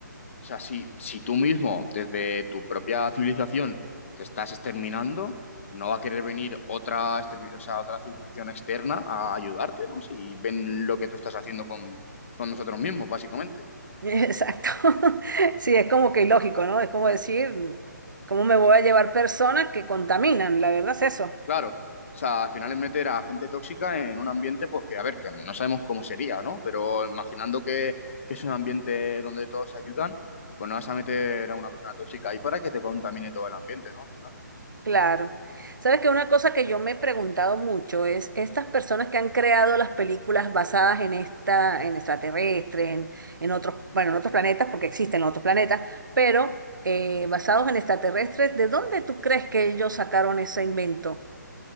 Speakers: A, on the left; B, on the right.
A: sea, si, si tú mismo, desde tu propia civilización, te estás exterminando, no va a querer venir otra, extermi- o sea, otra civilización externa a ayudarte, ¿no? Si ven lo que tú estás haciendo con, con nosotros mismos, básicamente.
B: <laughs> Exacto. <laughs> Sí, es como que ilógico, ¿no? Es como decir, ¿cómo me voy a llevar personas que contaminan? La verdad es eso.
A: Claro, o sea, al final es meter a gente tóxica en un ambiente, pues que, a ver, que no sabemos cómo sería, ¿no? Pero imaginando que, que es un ambiente donde todos se ayudan, pues no vas a meter a una persona tóxica ahí para que te contamine todo el ambiente, ¿no? Al final.
B: Claro. Sabes que una cosa que yo me he preguntado mucho es estas personas que han creado las películas basadas en esta, en extraterrestres, en, en otros, bueno, en otros planetas, porque existen los otros planetas, pero eh, basados en extraterrestres, ¿de dónde tú crees que ellos sacaron ese invento?